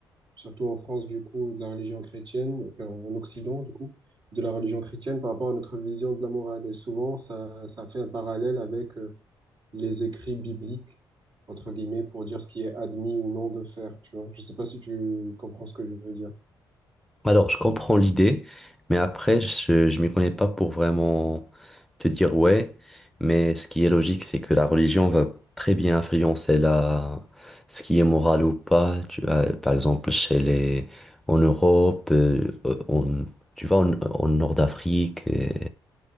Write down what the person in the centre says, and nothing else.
Alors, je comprends l'idée, mais après, je, je m'y connais pas pour vraiment te dire ouais. Mais ce qui est logique, c'est que la religion va très bien influencer la, ce qui est moral ou pas. Tu vois, par exemple, chez les, en Europe, euh, euh, on, tu vois, en, en Nord d'Afrique, euh,